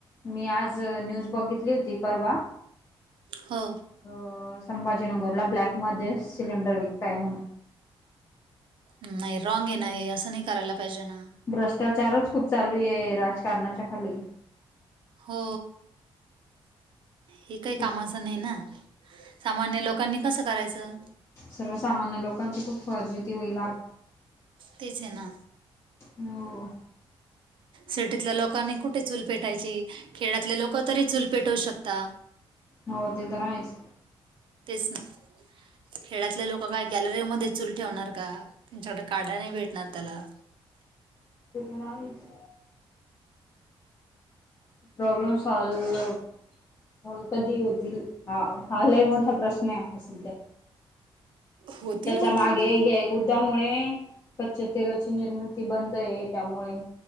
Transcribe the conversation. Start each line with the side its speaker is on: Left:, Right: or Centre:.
Left: मी आज न्यूज बघितली होती परवा
Right: हो.
Left: अ संभाजीनगरला ब्लॅक मध्ये सिलेंडर विकताय म्हणून
Right: नाही रॉंग आहे ना हे असं नाही करायला पाहिजे ना.
Left: भ्रष्टाचारच खूप चालू आहे राजकारणाच्या खाली
Right: हो हे काही
Left: खूप
Right: कामाचं नाही ना. सामान्य लोकांनी कसं करायचं.
Left: सर्वसामान्य लोकांची खूप फजिती होईल आप
Right: तेच ये ना,
Left: हो
Right: सिटीतल्या लोकां कुठे चूल पेटायची, खेड्यातले लोकतरी चूल पेटवू शकता.
Left: हो ते तर आहेच.
Right: तेच ना, खेड्यातले लोक काय गॅलरीमध्ये चूल ठेवणार. का त्यांच्याकडे काड्या नाही भेटणार त्याला.
Left: ते पण आहेच. प्रॉब्लेम सॉल्व, सॉल्व कधी होतील, हा लय मोठा प्रश्नय आता सध्या.
Right: होतील
Left: तेच्या
Right: होतील
Left: मागे ह्या युध्दामुळे, कच्च्या तेलाची निर्म ती बंद ये त्यामुळे,